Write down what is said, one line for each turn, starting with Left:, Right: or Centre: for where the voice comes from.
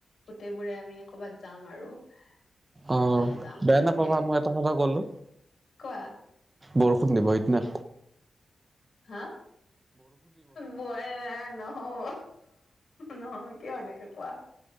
Left: গোটেই বোৰে আমি কৰবাত যাম আৰু কৰবালে
Right: অ
Left: যাম
Right: বেয়া
Left: তাকে
Right: নোপাবা মই এটা কথা ক'লো।
Left: কোৱা
Right: বৰষুণ দিব সিদনা।
Left: হা? ব ন <inaudible> অ হহ নহয় কিয় এনেকে কোৱা।